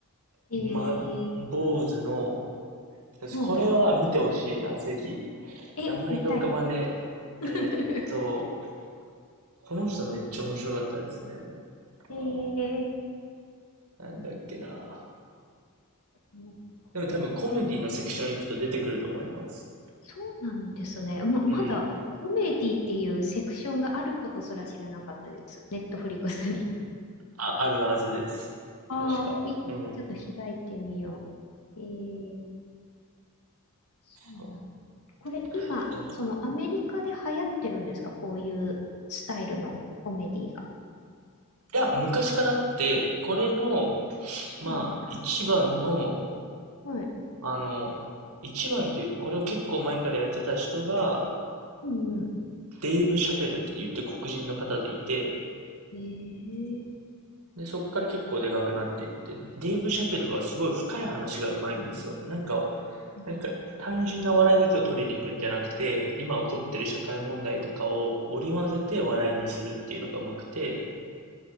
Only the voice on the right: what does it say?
ま、
坊主の、
これは見てほしいな、ぜひ。
名前が浮かばねえ。
えーっと、この人はめっちゃ面白かったですね。
あー、
なんだっけな。
でも多分コメディのセクション行くと出てくると思います。
うん。
あ、あるはずです。
確か。
うん。
そう。
えっとね
いや、昔からあって、これの、
まあ、一番の、
あの、一番っていうか、これを結構前からやってた人が、
デイブ・シャペルって言って黒人の方でいて、
で、そっから結構でかくなっていって、デイブ・シャペルはすごい深い話がうまいんですよ。なんか、
なんか、単純な笑いだけを取りに行くんじゃなくて、今起こってる社会問題とかを織り交ぜて笑いにするっていうのがうまくて、